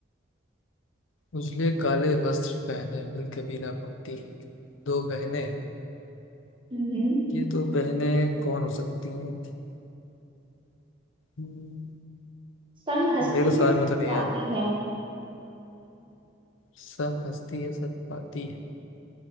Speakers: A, on the left; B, on the right.
A: उजले काले वस्त्र पहने मिल कभी ना पाती है दो बहने
B: हम्म
A: ये दो बहनें कौन हो सकती हैं हम्म,
B: संग हंसती
A: मेरे को समझ
B: हैं संग
A: में तो नहीं
B: गाती
A: आया
B: हैं
A: सब हंसती है सब गाती है